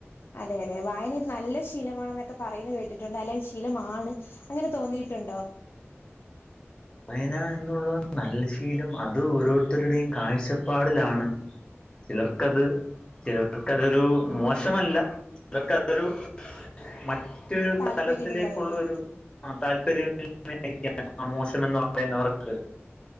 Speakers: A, on the left; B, on the left.
A: അതെ അതെ വായന ഒരു നല്ല ശീലമാണെന്നൊക്കെ പറയുന്നു കേട്ടിട്ടുണ്ട് നല്ല ശീലമാണ് അങ്ങനെ തോന്നിയിട്ടുണ്ടോ
B: വായന എന്നുള്ള നല്ല ശീലം അത് ഓരോരുത്തരുടെയും കാഴ്ചപ്പാടിലാണ് ചിലർക്കത് ചിലർക്കതൊരു മോശമല്ല ചിലർക്കതൊരു മറ്റൊരു
A: താല്പര്യമില്ലായ്മ
B: തലത്തിലേക്കുള്ളരു ആഹ താല്പര്യമില്ലായിമ ആയിരിക്കാം ആ മോശം എന്ന് പറയുന്നവർക്ക്